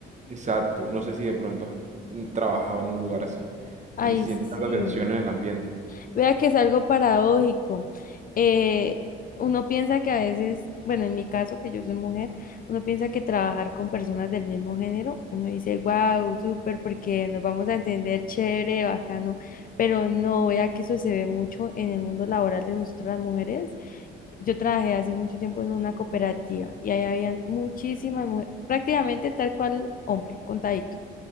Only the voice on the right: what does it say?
exacto, no sé si de pronto has mm, trabajado en un lugar así,
donde se siente
tanta tensión en el ambiente.